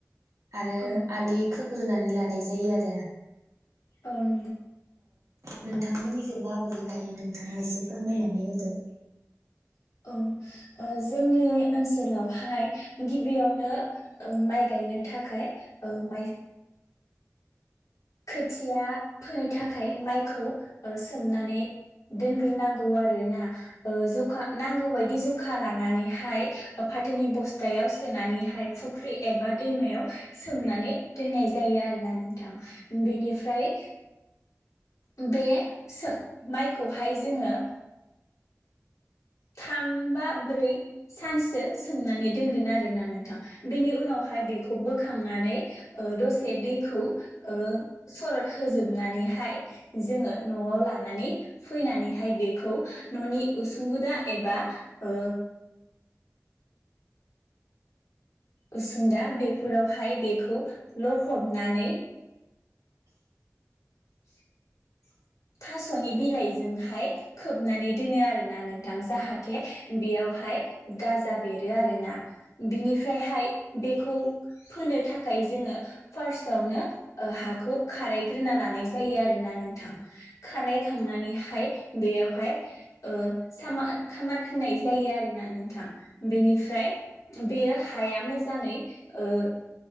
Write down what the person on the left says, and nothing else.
औ
अन
ओं ओ जोंनि ओनसोलावहाय गिबियावनो माइ गायनो थाखाय ओ माइ खोथिया फोनो थाखाय माइखौ सोमनानै दोनग्रोनांगौ आरोना ओ जखा नांगौ बायदि जखा लानानैहाय फाथोनि बस्थायाव सोनानैहाय फुख्रि एबा दैमायाव सोमनानै दोननाय जायो आरोना नोंथां। बेनिफ्राय बे सो माइखौहाय जोङो। थाम बा ब्रै सानसो सोमनानै दोनगोन आरोना नोंथां। बेनि उनावहाय बेखौ बोखांनानै दसे दैखौ ओ सरद होजोबनानैहाय जोङो नआव लानानै फैनानैहाय बेखौ ननि उसुंगुदा एबा ओ उसुंदा बेफोरावहाय बेखौ लखबनानै <unintelligible> थासनि बिलाइजोंहाय खोबनानै दोनो आरोना नोंथां जाहाथे बेयावहाय गाजा बेरो आरोना। बिनिफ्रायहाय बेखौ फोनो थाखाय जोङो फार्स्टआवनो हाखौ खारायग्रोना लानाय जायो आरोना नोंथां। खाराय खांनानैहाय बेयावहाय ओ साम खामार होनाय जायो आरोना नोंथां बेनिफ्राय बेयो हाया मोजाङै ओ